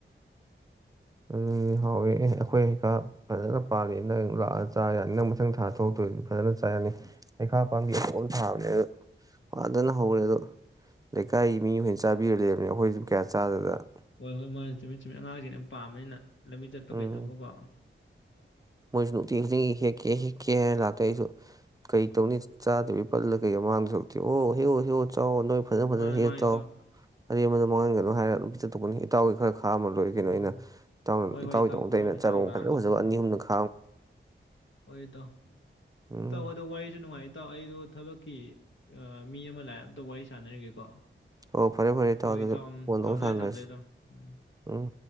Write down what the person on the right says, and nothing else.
ꯎꯝ ꯍꯥꯎꯋꯦ ꯑꯩꯈꯣꯏ ꯍꯩꯈꯥ ꯐꯖꯅ ꯄꯥꯜꯂꯦ ꯅꯪ ꯂꯥꯛꯑ ꯆꯥ ꯌꯥꯅꯤ ꯅꯪ ꯃꯊꯪ ꯊꯥ ꯊꯣꯛꯛꯇꯣꯏꯗꯤ ꯐꯖꯅ ꯆꯥ ꯌꯥꯅꯤ ꯍꯩꯈꯥ ꯄꯥꯝꯕꯤ ꯐꯕꯅꯦ ꯑꯗꯨ ꯐꯗꯅ ꯍꯧꯔꯦ ꯑꯗꯣ ꯂꯩꯀꯥꯏꯒꯤ ꯃꯤ ꯍꯣꯏꯅ ꯆꯥꯕꯤꯔ ꯂꯩꯕꯅꯦ ꯑꯩꯈꯣꯏꯁꯨ ꯀꯌꯥ ꯆꯥꯗꯗꯅ
ꯎꯝ
ꯃꯣꯏꯁꯨ ꯅꯨꯡꯇꯤꯒꯤ ꯍꯦꯛꯀꯦ ꯍꯦꯛꯀꯦ ꯍꯥꯏꯅ ꯂꯥꯛꯇ ꯑꯩꯁꯨ ꯀꯩ ꯇꯧꯅꯤ ꯆꯥꯗꯕꯤ ꯄꯠꯂ ꯀꯩꯗ ꯃꯥꯡꯗꯧ ꯁꯔꯨꯛꯇꯤ ꯑꯣ ꯍꯦꯛꯎ ꯍꯦꯛꯎ ꯆꯥꯎꯑꯣ ꯅꯣꯢ ꯐꯖꯟ ꯐꯖꯟꯅ
ꯍꯦꯛꯑ
ꯆꯥꯎ
ꯑꯔꯦꯝꯕꯗ ꯃꯥꯡꯍꯟꯒꯅꯨ ꯍꯥꯏꯔꯒ ꯑꯗꯨꯝ ꯄꯤ ꯖꯊꯣꯛꯀꯅꯤ ꯏꯇꯥꯎꯒꯤ ꯈꯔ ꯈꯥꯛ ꯈꯥ ꯑꯝꯃ ꯂꯣꯏꯔꯤ ꯀꯩꯅꯣ
ꯑꯩꯅ
ꯏꯇꯥꯎꯒꯤꯗꯃꯛꯇ
ꯑꯩꯅ
ꯆꯥꯔꯣꯡ
ꯐꯖ ꯐꯖꯕ
ꯑꯅꯤ ꯑꯍꯨꯝꯒ
ꯈ
ꯎꯝ
ꯍꯣꯏ ꯐꯔꯦ ꯐꯔꯦ ꯏꯇꯥꯎ
ꯑꯗꯨꯗꯤ
ꯐꯣꯟꯗ
ꯑꯃꯨꯛ ꯁꯥꯟꯅꯔꯁꯤ
ꯎꯝ